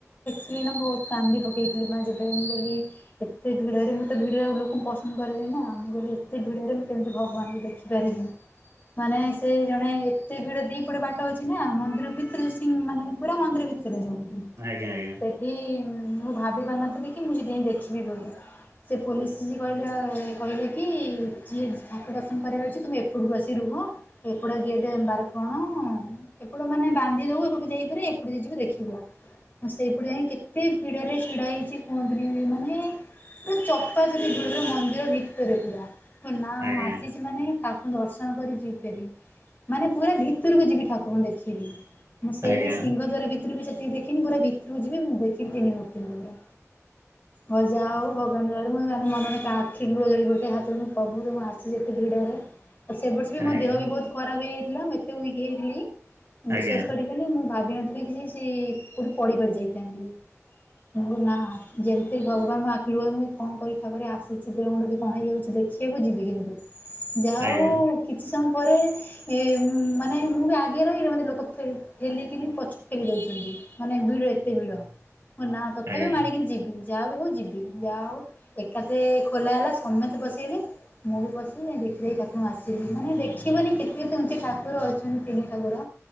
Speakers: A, on the left (about 35°); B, on the right (about 65°).
A: ସଇଏ ନା ବହୁତ କାନ୍ଦି ପକେଇଥିଲି ମୁଁ ଯେବେ ମୁଁ ଗଲି ଏତେ ଭିଡରେ ମୁଁ ତ ଭିଡ ଲୋକଙ୍କୁ ପସନ୍ଦ କରରେ ନା ମୁଁ କହିଲି ଏତେ ଭିଡ ରେ ମୁଁ କେମିତି ଭଗବାନଙ୍କୁ ଦେଖି କରିବୀ ମାନେ ସେ ଜଣେ ଏତେ ଭିଡ ଦି ପଡେ ବାଟ ଅଛି ନା ମନ୍ଦିର ଭିତରେ ସେ ମାନେ ପୁରା ମନ୍ଦିର ଭିତରେ ଯୋଉଠି
B: ଆଜ୍ଞା ଆଜ୍ଞା
A: ତେ ବିି ମୁଁ ଭାବି ପାରିନଥିଲି କି ମୁଁ ସେଠି ଯାଇଁ ଦେଖିବି ବୋଲି। ସେ ପୋଲିସ୍ ଯି କହିଲା କହିଲେ କି ଯିଏ ଠାକୁ ଦର୍ଶନ କରିବାର ଅଛି ତୁମେ ଏପଟକୁ ଆସି ରୁହ। ଏପଟ ଗେଟ୍ ବାର୍ କଣ। ଏପଟ ମାନେ ବାନ୍ଧି ଦଉ ଏପଟକୁ ଯାଇ ପାରେ ଏପଟେ ଯିଏ ଯିବ ଦେଖିବ। ସେଇପଟେ ଯାଇ କେତେ ଭିଡରେ ଛିଡା ହେଇଚି କୁହନ୍ତିନି ମାନେ ପୁରା ଚପା କରି ଦେବେ ମନ୍ଦିର ଭିତରେ ପୁରା। ନା
B: ଆଜ୍ଞା।
A: ମୁଁ ଆସିଚି ମାନେ ତାକୁ ଦର୍ଶନ କରି ଯିବି୍ ବାରି। ମାନେ ପୁରା ଭିତୁରୁକୁ ଯିବି ଠାକୁରଙ୍କୁ ଦେଖିବି ମୁଁ ସେଇ
B: ଆଜ୍ଞା।
A: ସିଂଘ ଦ୍ଵାର ଭିତ ରକୁ ବି ଯେତିକି ଦେଖିନି ପୁରା ଭିତରକୁ ଯିବି ମୁଁ ଦେଖିବି ତିନି ଭକ୍ତଙ୍କୁ ମୋର। ଠାକୁରଙ୍କ ଦୁଆରେ <inaudible> ମନେମନେ ତା ଆଖିରୁ ଲୁହ ଝରି ପଡୁଥାଏ ହାତ ଯୋଡି ପ୍ରଭୁ ମୁଁ ଆସିଚି ଏତେ ଭିଡରେ। ଆଉ ସେ ବର୍ଷ ବି ମୋ
B: ଆଜ୍ଞା,
A: ଦେହ ବି ବହୁତ୍ ଖରାପ ହେଇଯାଇଥିଲା ମୁଁ ଏତେ ଉଇକି୍ ହେଇ ଯାଇଥିଲି ବିଶ୍ଵାସ
B: ଆଜ୍ଞା,
A: କରିବନି ମୁଁ ଭାବିନଥିଲି କି ସି କୋଉଠି ପଡିପାଡି ଯାଇଥାନ୍ତି। ମୁଁ କହିଲି ନା ଯେମିତି ଭଗବାନ୍ ମୋ ଆଖିଲୁହ ମୁଁ କଁ କରିବି ଠାକୁରେ ଆସିଚି ଦେହ ମୁୁଣ୍ଡ ବି କଣ ହେଇଯାଉଚି ଦେଖି ଆକୁ ଯିବି କିନ୍ତୁ ଯା
B: ଆଜ୍ଞା,
A: ଉ କିଛି ସମ୍ ପରେ ଏ ମାନେ ମୁଁ ବି ଆଗେ ରହିଲେ ମତେ ଲୋକ ପେଲି ଠେଲିକିନି ପଛକୁ ପେଲି ଦଉଚନ୍ତି। ମାନେ ଭିଡ ଏତେ ଭିଡ ମୁଁ ନା ତଥାପି
B: ଆଜ୍ଞା,
A: ମାଡିକି ଯିବି। ଯାହା ବି ହଉ ଯିବି ଯାହା ହଉ ଏକାଥେ ଖୋଲା ହେଲା ସମସ୍ତେ ପସିଗଲେ ମୁଁ ବି ପଶିବି ଦେଖିଦେଇ ଠାକୁରଙ୍କୁ ଆସିବି ମାନେ ଦେଖିବନି କେ ତେ କେମ୍ତି ଠାକୁର ଅଛନ୍ତି ତିନି ଠାକୁର